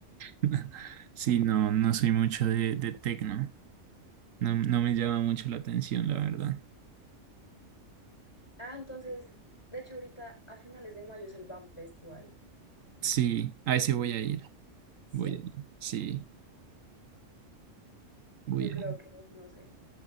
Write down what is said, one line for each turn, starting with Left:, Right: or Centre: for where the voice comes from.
Right: <laughs> Sí, no, no soy mucho de, de tecno. No, no me llama mucho la atención, la verdad.
Left: Ah, entonces, de hecho, ahorita a finales de mayo es el BAM Festival.
Right: Sí, a ese voy a ir.
Left: ¿Sí?
Right: Voy a ir. Sí, voy
Left: Yo
Right: a
Left: creo
Right: ir.
Left: que, no sé.